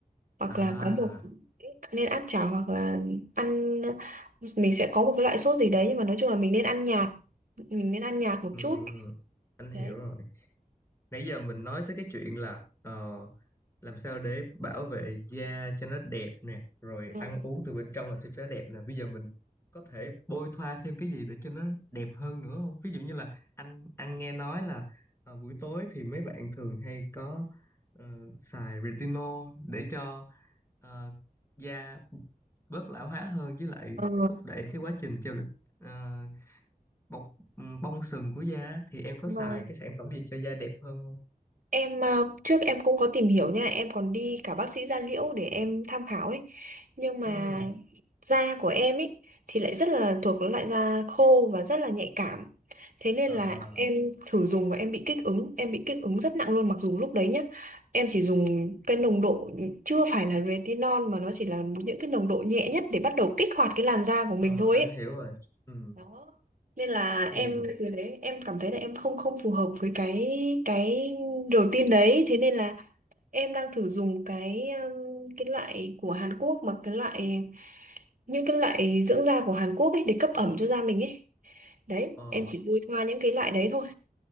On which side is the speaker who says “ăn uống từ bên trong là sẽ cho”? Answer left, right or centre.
Left